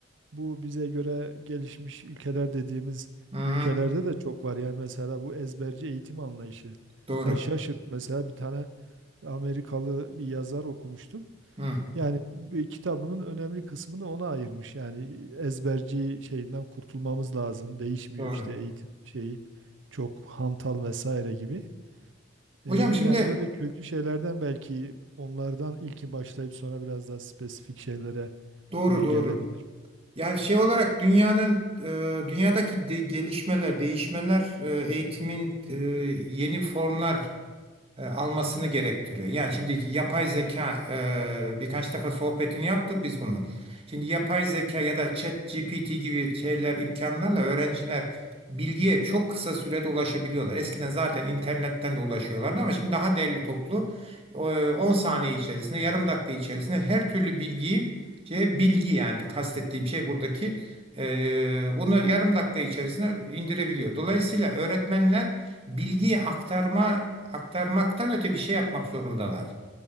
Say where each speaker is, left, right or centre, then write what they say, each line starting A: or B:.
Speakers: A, on the right; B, on the right.
A: bu bize göre gelişmiş ülkeler dediğimiz
B: Hı hı.
A: ülkelerde de çok var. Yani mesela bu ezberci eğitim anlayışı.
B: Doğru.
A: Ben şaşırt mesela bir tane Amerikalı bir yazar okumuştum.
B: Hı,
A: Yani bir kitabının önemli kısmını ona ayırmış. Yani ezberci şeyinden kurtulmamız lazım. Değişmiyor
B: doğru.
A: işte eğitim şeyi çok hantal vesaire gibi.
B: Hocam
A: Ee, yani
B: şimdi
A: böyle köklü şeylerden belki onlardan ilki başlayıp sonra biraz daha spesifik şeylere
B: doğru
A: e,
B: doğru.
A: gelebilir.
B: Yani şey olarak dünyanın e, dünyadaki de- gelişmeler, değişmeler, e, eğitimin e, yeni formlar e, almasını gerektiriyor. Yani şimdi yapay zeka e, birkaç defa sohbetini yaptık biz bunun. Şimdi yapay zeka ya da chat GPT gibi şeyler imkanlarla öğrenciler bilgiye çok kısa sürede ulaşabiliyorlar. Eskiden zaten internetten de ulaşıyorlardı ama şimdi daha değerli toplu e, 10 saniye içerisinde, yarım dakika içerisinde her türlü bilgiyi şey, bilgi yani kastettiğim şey buradaki e, bunu yarım dakika içerisinde indirebiliyor. Dolayısıyla öğretmenler bilgiyi aktarma aktarmaktan öte bir şey yapmak zorundalar.